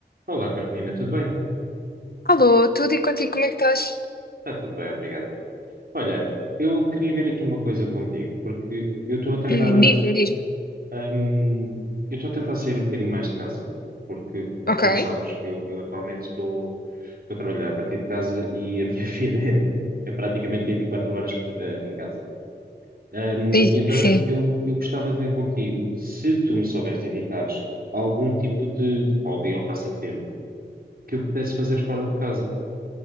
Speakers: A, on the right; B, on the left.
A: Olá, Carolina, tudo bem?
B: Alô, tudo e contigo, como é que estás?
A: Está tudo bem, obrigado. Olha, eu queria ver aqui uma coisa contigo, porque eu estou a tentar,
B: Hum, Diz-me, diz-me.
A: hum, eu estou a tentar sair um bocadinho mais de casa, porque,
B: Ok.
A: como sabes, eu, eu atualmente estou, estou a trabalhar a partir de casa e a minha <laughs> vida é, é praticamente 24 horas por- eh, em casa. Hum,
B: Diz,
A: e então
B: sim.
A: eu, eu gostava de ver contigo se tu me souberes indicar algum tipo de, de hobby ou passatempo que eu pudesse fazer fora de casa.